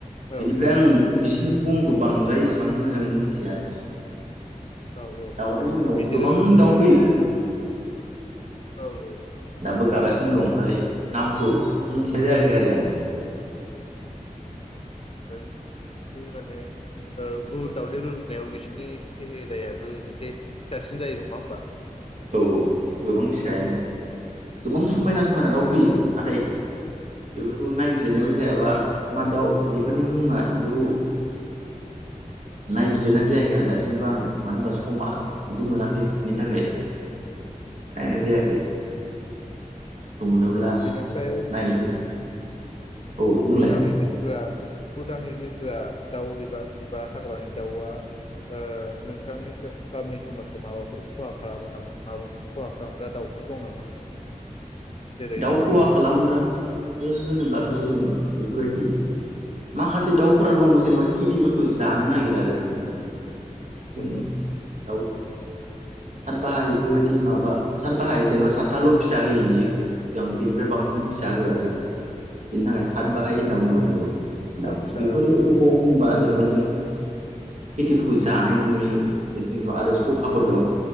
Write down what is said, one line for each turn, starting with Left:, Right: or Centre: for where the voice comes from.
Left: औ
Right: बेनिफ्राय आं बिसिनि बुंखौ बांद्राय इसिबां मोजां मोनथिया आरो?
Left: औ औ
Right: दाउ आथ जोंनाव
Left: बिसोरो
Right: गोबां दाउ फैयो
Left: औ औ।
Right: दाबो गाबगासिनो दं। मफ्राय नामखौ मिन्थिनाय जायाखै आरो आङो
Left: ओमफ्राय बिसोर माने ओ गुबुन दाउनि रुजुनायाव बिसोरनि सेहेरायाबो एसे फिसासिन जायो नङा होमबा?
Right: औ औ गोबां फिसायानो गोबां समायना समायना दाउ फैयो नाथाय बेफोरखौ नायबिजिरनायबो जायाबा मा दाउ बेफोरनि मुङा बेफोरखौ नायबिजिरनाय जायाखै आरो दासिमबो आं मानो होनबा समा बिदि मोनाखै बिनि थाखाय नायनाय जाया। ए सम मोनोब्ला
Left: बेनिफ्राय
Right: नायनोसै। औ बुंलाय
Left: उदाङै बिरग्रा उदाङै बिरग्रा दाउ एबा एबा हाग्रानि दाउआ ओ नोंथांनि गामि समाजाव माबाफोर खहा खालामो नामा? माबाफोर खहा खालामग्रा दाउफोर दं नामा? जेरै
Right: दाउ
Left: न'नि
Right: खहा खालामग्रा ओ होनोब्ला थ' जों बेफोरबायदि माखासे दाउफोरा दङ जेनेबा खितिफोरखौ जानो नागिरा आरो जेनेबा। जों
Left: औ
Right: दाउ सात बाहाय बेफोरबायदि माबा सात बाहाय जेनबा सातथाल' फिसा होयो बियो ओं
Left: औ
Right: बिनिफ्राय बांसिन फिसा होआ जेनेबा बिनि थाखाय सातबाहाय होनना बुङो आरो <unintelligible> दाउ
Left: आदसा
Right: बेफोरो अबाव होनबा जेनबा जों खितिफोरखौ जानायबो नुयो जों आरो खखाफोर दं